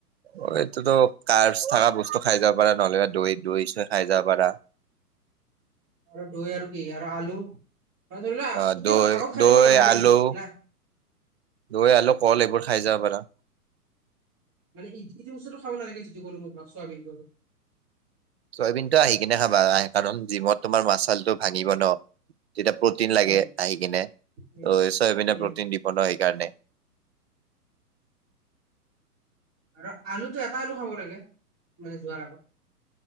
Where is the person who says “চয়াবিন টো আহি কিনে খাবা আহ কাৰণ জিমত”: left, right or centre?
Right